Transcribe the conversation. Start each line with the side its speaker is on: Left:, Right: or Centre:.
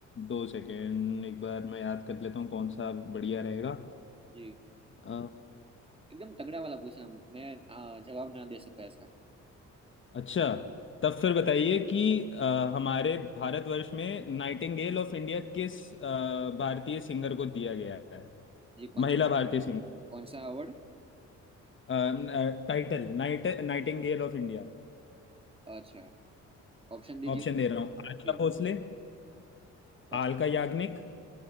Left: दो सेकेंड एक बार मैं याद कर लेता हूँ कौन सा बढ़िया रहेगा
Right: जी
Left: अ,
Right: एकदम तगड़ा वाला पूछना मैं आ, जवाब ना दे सकूं ऐसा
Left: अच्छा तब फिर बताइए कि अ, हमारे भारतवर्ष में नाइटिंगेल ऑफ इंडिया किस अ, भारतीय सिंगर को दिया गया है
Right: जी कौन
Left: महिला
Right: सा
Left: भारतीय
Right: कौन सा अवार्ड
Left: singer title नाइट Nightingale of India
Right: अच्छा ऑप्शन दीजिए
Left: Option
Right: मुझे।
Left: दे रहा
Right: जी
Left: हूँ आशा भोसले
Right: अच्छा
Left: आलका याग्निक